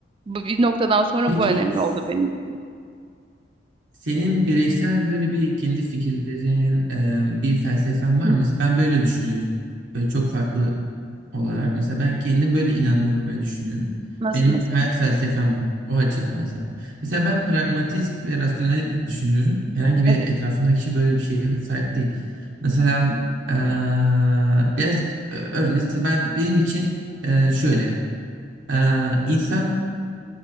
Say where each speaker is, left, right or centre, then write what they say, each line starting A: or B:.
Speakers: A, on the right; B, on the right.
A: Bu bir noktadan sonra
B: Peki
A: bu önemli
B: s-
A: oldu benim için.
B: senin bireysel böyle bir kendi fikirlerin, e, bir felsefen var
A: Hı.
B: mı? Mesela ben böyle düşünüyorum. Böyle çok farklı olarak. Mesela ben kendim böyle inanıyorum ve düşünüyorum.
A: Nasıl
B: Benim
A: mesela?
B: hayat felsefem bu. o açıdan mesela. Mesela ben pragmatist ve rasyonel düşünüyorum. Herhangi bir
A: Evet.
B: etrafındaki kişi böyle bir şeye sahip değil. Mesela eee, biraz eee, öz- mesela ben benim için eee, şöyle eee, insan